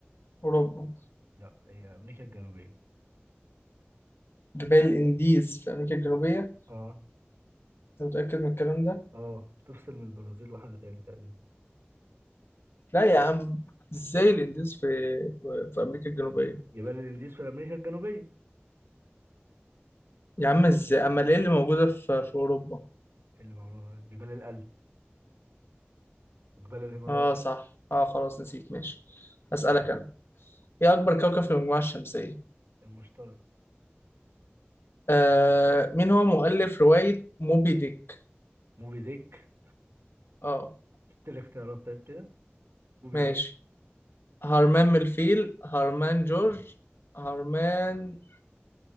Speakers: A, on the left; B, on the right.
A: اوروبا
B: لا هي أمريكا الجنوبية
A: جبال الانديز في امريكا الجنوبية
B: أه
A: انت متأكد من الكلام ده
B: أه تفصل من البرازيل وحاجة تاني تقريبا
A: لا يا عم ازاي الانديز في في, في امريكا الجنوبية
B: جبال الإنديز في أمريكا الجنوبية
A: يا عم ازاي امال ايه اللي موجودة في في اوروبا
B: اللي بقولها جبال الألب وجبال الهيمالايا
A: اه صح اه خلاص نسيت ماشي اسالك انا ايه اكبر كوكب في المجموعه الشمسيه
B: المشترك
A: آه مين هو مؤلف روايه موبي ديك
B: موبي ديك
A: اه
B: تلت الاختيارات طيب كده موبي
A: ماشي
B: ديك
A: هرمان ملفيل هرمان جورج هرمان